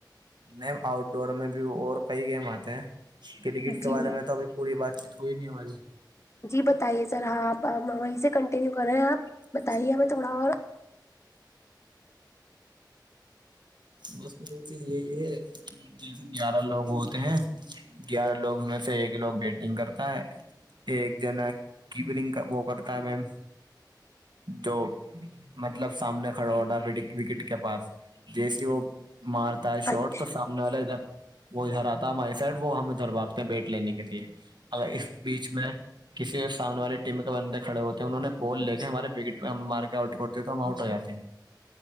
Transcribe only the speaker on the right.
نہیں آؤٹ ڈور میں بھی اور کئی گیم آتے ہیں کرکٹ کے
بارے میں تو ابھی پوری بات چیت ہوئی نہیں ہماری
<inaudible>
بس سے یہی ہے جیسے گیارہ لوگ ہوتے ہیں گیارہ لوگ میں سے ایک لوگ بیٹنگ کرتا ہے ایک جنا کیبرنگ وہ کرتا ہے میم جو مطلب سامنے کھڑا ہوتا وکٹ کے پاس جیسے وہ مارتا ہے شارٹ
تو ہمنے والا ادھر وہ ادھر آتا ہے ہماری سائڈ وہ ہم ادھر بھگتے ہیں بیٹ لینے کے لیے اگر اس بیچ میں کسی سامنے والی ٹیم کے بندے کھڑے ہوتے ہیں انہوں نے بول لے کے ہمارے وکٹ ہم مار کے آؤٹ کرتے ہیں تو ہم آؤٹ ہو جاتے ہیں